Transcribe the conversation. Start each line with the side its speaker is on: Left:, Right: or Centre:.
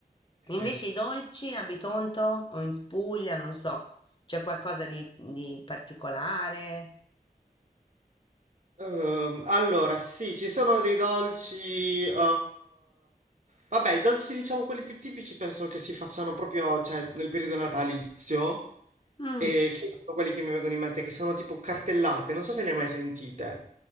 Right: Sì.
Left: Invece i dolci a Bitonto o in Spuglia, non so, c'è qualcosa di, di particolare?
Right: Ehm, allora, sì, ci sono dei dolci... eh, Vabbè, i dolci, diciamo, quelli più tipici penso che si facciano proprio, cioè, nel periodo natalizio.
Left: Mm,
Right: E che sono quelli che mi vengono in mente, che sono tipo cartellate. Non so se le hai mai sentite.